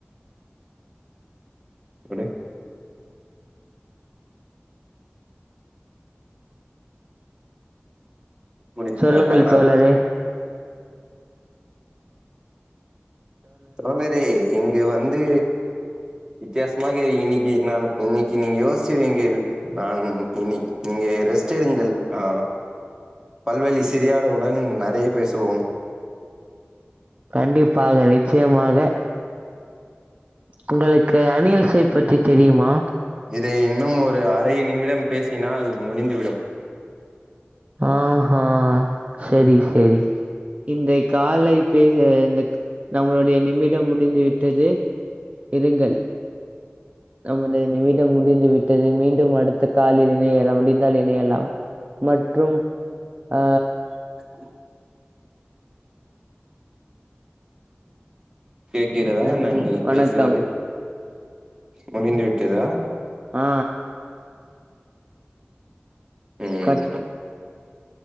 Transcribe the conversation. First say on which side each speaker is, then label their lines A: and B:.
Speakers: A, on the right; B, on the right.
A: குடு விடு
B: சொல்லுங்கள்
A: நா ஃபேன்
B: தோழரே
A: ஆஃப் பண்றே தோழரே இங்கு வந்து வித்தியாசமாக இன்னிக்கி நான் இன்னிக்கி நீங்க யோச்சு வெங்கள் நான் இன்னிக் நீங்க ரெஸ்ட் எடுங்கள் ஆ பல்வலி சரியானவுடன் நறைய பேசுவோம்
B: கண்டிப்பாக நிச்சயமாக உங்களுக்கு அனில்இசை பற்றி தெரியுமா
A: இதை இன்னும் ஒரு அரை நிமிடம் பேசினால் முடிந்துவிடும்
B: ஆ ஹா செரி செரி இந்தை காலை பேச இந்தக் நம்மளுடைய நிமிடம் முடிந்து விட்டது இருங்கள் நமது நிமி டம் முடிந்து விட்டது மீண்டும் அடுத்த காலில் இணையலாம் முடிந்தால் இணையலாம் ம ற்றும் ஆ
A: <inaudible> கேக்கிறதா
B: நன்றி
A: நாங்கள்
B: வணக்கம்
A: பேசுவது முடிந்து விட்டதா
B: ஆ ஆ
A: ம்
B: கட்டு